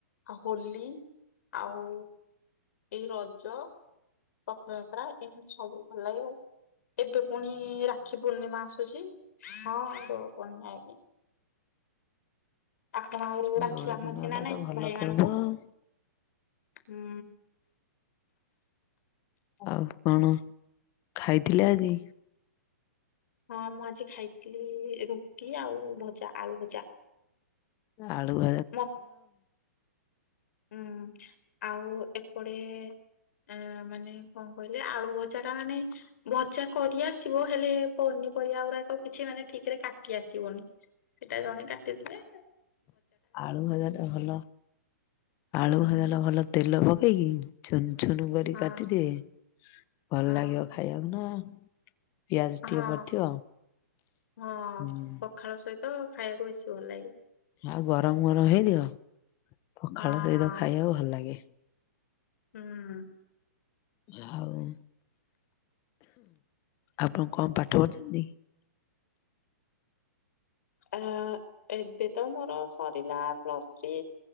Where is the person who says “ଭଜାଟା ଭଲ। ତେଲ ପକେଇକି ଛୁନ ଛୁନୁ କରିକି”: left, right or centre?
Left